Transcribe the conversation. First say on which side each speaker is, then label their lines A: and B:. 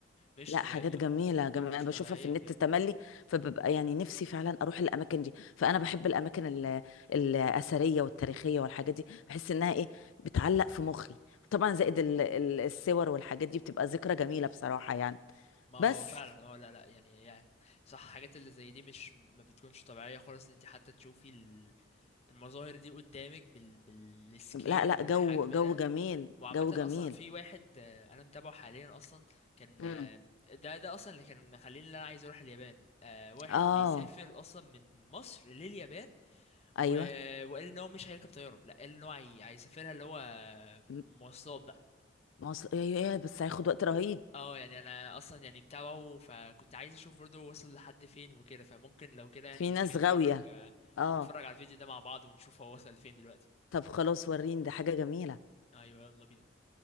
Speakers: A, on the left (about 30°); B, on the left (about 80°).
A: مش
B: لا
A: طبيعيه
B: حاجات جميلة
A: آه،
B: جميلة
A: م- مش
B: أنا
A: طبيعيه
B: بشوفها في النت
A: بجد
B: تملي فببقى يعني نفسي فعلا أروح الأماكن دي فأنا بحب الأماكن ال- الأثرية والتاريخية والحاجات دي بحس إنها إيه بتعلق في مخي طبعا زائد ال- ال- الصور والحاجات دي بتبقى ذكرى جميلة بصراحة يعني
A: ما
B: بس
A: هو فعلا اه لا لا يعني يعني صح حاجات اللي زي دي مش ما بتكونش طبيعيه خالص ان انت حتى تشوفي ال- المظاهر دي قدامك بال... بالسكيل
B: لا لا
A: والحجم
B: جو جو
A: ده
B: جميل
A: وعامة
B: جو
A: أصلا
B: جميل
A: في واحد آه، أنا متابعه حاليا أصلا كان
B: امم
A: آه، ده ده أصلا اللي كان مخليني اللي أنا عايز أروح اليابان آه، واحد
B: آه
A: بيسافر أصلا من مصر لليابان
B: أيوه
A: و... وقال إن هو مش هيركب طيارة لأ قال إن هو هي... هيسافرها اللي هو
B: م-
A: مواصلات بقى
B: مصر أيوه أيوة، بس هياخد وقت رهيب
A: اه يعني أنا أصلا يعني متابعه فكنت عايز أشوف برضه وصل لحد فين وكده فممكن لو كده يعني
B: في ناس
A: تيجي
B: غاوية
A: نتفرج آه،
B: آه
A: نتفرج على الفيديو ده مع بعض ونشوف هو وصل لفين دلوقتي
B: طب خلاص وريني ده حاجة جميلة
A: أيوه يلا بينا